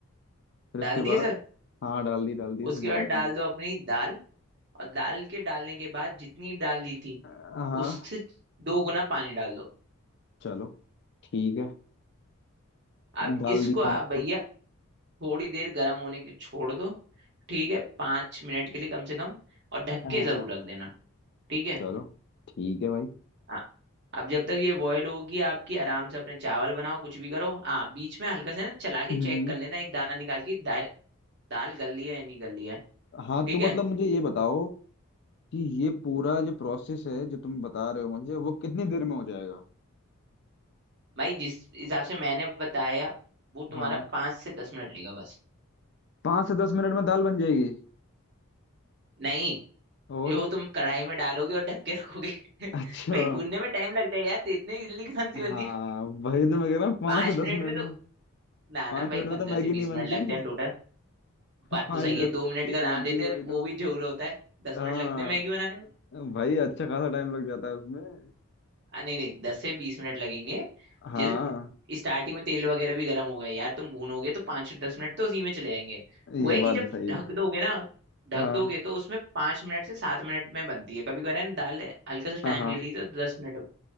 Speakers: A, on the left; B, on the right.
A: फिर उसके
B: डाल दिए
A: बाद
B: सर
A: हाँ डाल दी डाल दी सामान
B: उसके बाद
A: मान
B: डाल
A: लो
B: दो अपनी दाल और दाल के डालने के बाद जितनी डाल दी थी
A: हाँ
B: उससे दो गुना पानी डाल दो
A: चलो ठीक है
B: अब
A: डाल
B: इसको
A: दी
B: आप
A: सामान
B: भैया
A: लो।
B: थोड़ी देर गर्म होने के छोड़ दो ठीक है पाँच मिनट के लिए कम से कम और ढक
A: हाँ
B: के जरूर रख देना ठीक है
A: चलो ठीक है भाई
B: हाँ अब जब तक ये बॉयल होगी आपकी आराम से अपने चावल बनाओ कुछ भी करो हाँ बीच में हल्का सा ना चला के
A: हम्म
B: चेक कर लेना एक दाना निकाल के दा, दाल गल रही है या नहीं गल रही है
A: हाँ
B: ठीक
A: तो मतलब
B: है
A: मुझे ये बताओ कि ये पूरा जो प्रोसेस है जो तुम बता रहे हो मुझे वो कितनी देर में हो जाएगा
B: भाई जिस हिसाब से मैंने बताया वो तुम्हारा
A: हाँ
B: पांच से दस मिनट लेगा बस
A: पाँच से दस मिनट में दाल बन जाएगी
B: नहीं
A: और
B: जो तुम कढ़ाई में डालोगे और ढक के रखोगे <laughs>
A: अच्छा
B: भाई भूनने में टाइम लगता है यार तो इतनी जल्दी कौन सी
A: हाँ
B: बननी है
A: वही तो मैं कह रहा हूँ पाँच
B: पांच
A: से
B: मिनट
A: दस मिनट
B: में तो
A: में
B: ना
A: पाँच
B: ना भाई
A: मिनट में
B: पंद्रह
A: तो मैगी
B: से बीस
A: नहीं बनती
B: मिनट लगते हैं टोटल
A: <laughs>
B: बात
A: पाँच
B: तो सही
A: मिनट
B: है दो मिनट
A: में
B: का
A: नहीं
B: नाम
A: बनती
B: लेते
A: वही
B: हैं वो
A: तो
B: भी झोल होता है दस
A: हाँ
B: मिनट लगते हैं मैगी बनाने
A: भाई अच्छा खासा टाइम लग जाता है उसमें
B: आ, नहीं नहीं दस से बीस मिनट लगेंगे
A: हाँ
B: जैसे स्टार्टिंग में तेल वगैरह भी गर्म होगा यार तुम भूनोगे तो पाँच दस मिनट तो उसी में चले जाएंगे वो
A: ये
B: है कि
A: बात
B: जब
A: सही
B: ढक
A: है
B: दोगे ना ढक
A: हाँ
B: दोगे तो उसमें पाँच मिनट से सात मिनट में बनती है कभी कभी ना दाल हल्का सा
A: हाँ
B: टाइम
A: हाँ
B: ले ली तो दस मिनट